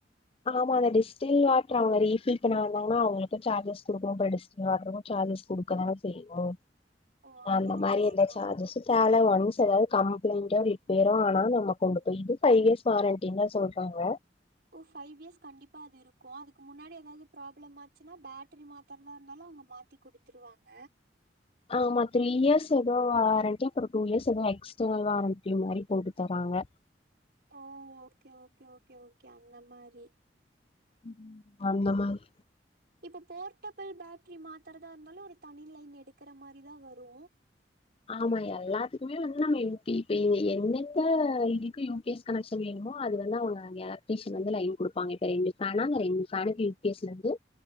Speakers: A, on the left; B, on the right.
A: ஆமா அந்த டிஷ்டெல் வாட்ரு அவுங்க ரீஃபில் பண்ண வந்தாங்கனா அவுங்களுக்கு சார்ஜஸ் குடுக்னு அப்றோ டிஷ்டெல் வாட்ருக்கு ஜா ர்ஜஸ் குடுக்கதான செய்வோ
B: ஓ! ஆமா,
A: அந்த
B: ஆமா,
A: மாரி எந்த
B: ஆமா,
A: சார்ஜஸு
B: ஆமா.
A: தேவல ஒன்ஸ் ஸ் எதாது கம்ப்ளைண்டோ ரிப்பேரோ ஆனா நம்ம கொண்டு போய் இது ஃபைவ் இயர்ஸ் வாரண்டீன்தா சொல்றாங்க
B: கு ஃபைவ் இயர்ஸ் கண்டிப்பா அது இருக்கு அதுக்கு முன்னாடி எதாது ப்ராப்ளம் ஆச்சுனா பேட்டரி மாத்தரதாருந்தாலு அவுங்க மாத்தி குடுத்துருவாங்க
A: ஆமா த்ரீ இயர்ஸ் எதோ வாரண்டி அப்றோ டூ இயர்ஸ் எதோ எக்ஸ்டர்னல் வாரண்டி மாரி போட்டு தராங் <unintelligible>
B: ஓ ஓகே ஓகே ஓகே ஓகே அந்த மாரி
A: ம் அந்த மாரி
B: இப்ப போர்ட்டபுள் பேட்ரி மாத்தறதா இருந்தாலு ஒரு தனி லைன் எடுக்கற மாரிதா வரு
A: ஆமா எல்லாத்துக்குமே வந்து நம்ம <unintelligible> என்னென்ன இதுக்கு யூபிஎஸ் கனெக்ஷன் வேணு மோ அது வந்து அவுங்க எலக்ட்ரீஷன் வந்து லைன் குடுப்பாங்க இப்ப ரெண்டு ஃபேனா அந்த ரெண்டு ஃபேன்க்கு யூபீஎஸ்லந்து